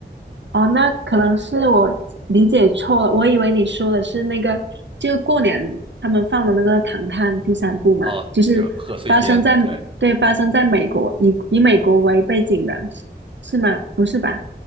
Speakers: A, on the right (about 75°); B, on the right (about 25°).
A: 哦，那可能是我理解错了，
B: 但是
A: 我以为你说的是那个，就过年他们放的那个《唐探》第三部嘛，
B: 哦，
A: 就是发生在，
B: 就贺岁片，对。
A: 对，发生在美国，以以美国为背景的，是是吗？不是吧？